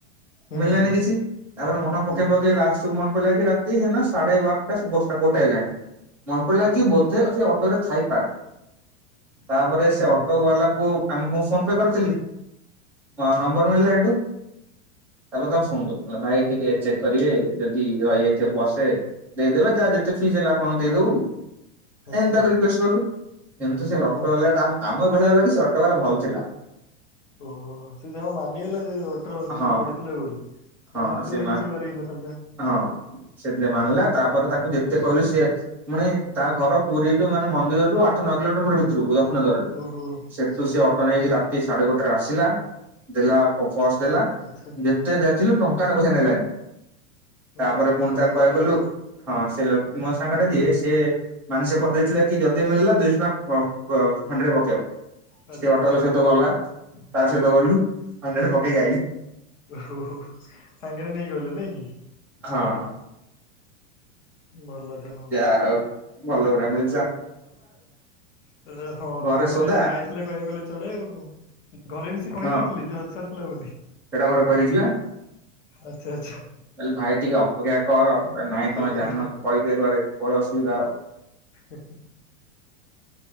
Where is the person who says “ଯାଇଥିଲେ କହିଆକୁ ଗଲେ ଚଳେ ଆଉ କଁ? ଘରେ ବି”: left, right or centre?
Left